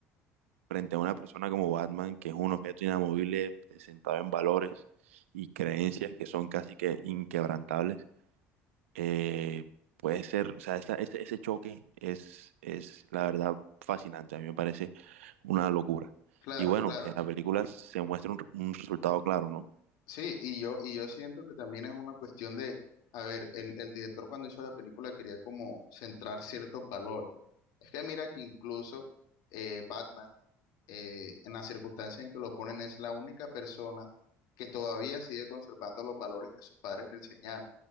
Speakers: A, on the right; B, on the left.
A: frente a una persona como Batman, que es un objeto inamovible eh, sentado en valores y creencias que son casi que inquebrantables. eh, puede ser, o sea, esa- ese, ese choque es, es la verdad fascinante, a mí me parece una locura.
B: Claro,
A: Y bueno,
B: claro.
A: en la película se muestra un un resultado claro, ¿no?
B: Sí, y yo, y yo siento que también es una cuestión de, a ver, el, el director cuando hizo la película quería como centrar ciertos valores. Es que mira que incluso eh, Batman, eh, en la circunstancia en que lo ponen, es la única persona que todavía sigue conservando los valores que sus padres le enseñaron.